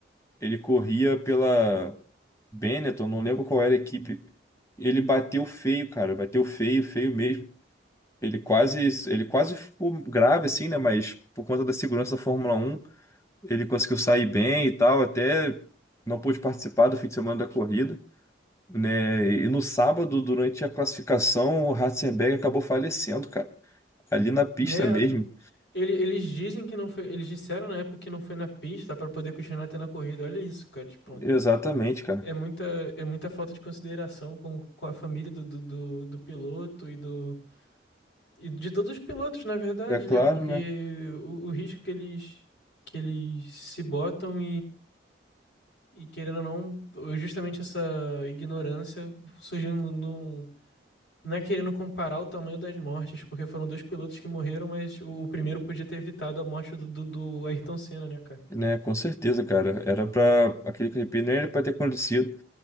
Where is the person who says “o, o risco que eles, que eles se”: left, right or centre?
Left